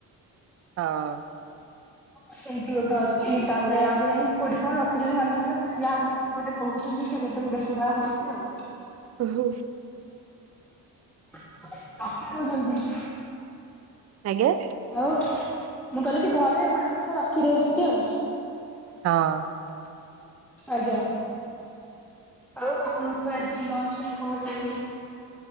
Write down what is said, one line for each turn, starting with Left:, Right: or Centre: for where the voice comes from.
Right: ହଁ,
Centre: ସେଇଠି ଗୋଟେ ଅଛି ତାପରେ ଆଉ <unintelligible> କୋଉଠି କଣ ରଖିଛନ୍ତି ମାନସିକ ଯାହା ଗୋ ଗୋଟେ କହୁଛନ୍ତି ସେ ଗୋଟେ ଗୋଟେ ପୁରା ହଉଛି ଆଉ।
Right: ଉ ହୁଁ,
Centre: <unintelligible> ଛନ୍ତି।
Right: ଆଜ୍ଞା,
Centre: ଆଉ ମୁଁ କହିଲି କି ଘରେ ମାନସିକ ରଖିଦଉଛନ୍ତି ଆଉ।
Right: ହଁ,
Centre: ଆଜ୍ଞା, ଆଉ ଆପଣଙ୍କୁ ଆଜି ଲଞ୍ଚ ପାଇଁ କଣ ପ୍ଲାନିଂ?